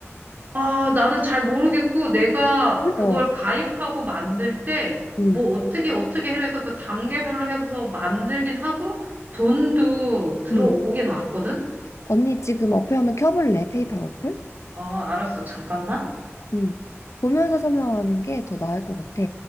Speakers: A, on the right (about 40°); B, on the left (about 75°).
A: 아, 나는 잘 모르겠고, 내가 그걸
B: 어,
A: 가입하고 만들 때,
B: 응,
A: 뭐, 어떻게, 어떻게 해서 그 단계별로 해서 만들긴 하고, 돈도 들어오긴
B: 응.
A: 왔거든?
B: 언니 지금 어플 한번 켜볼래? 페이팔 어플?
A: 아, 알았어. 잠깐만.
B: 응. 보면서 설명하는 게 더 나을 것 같아.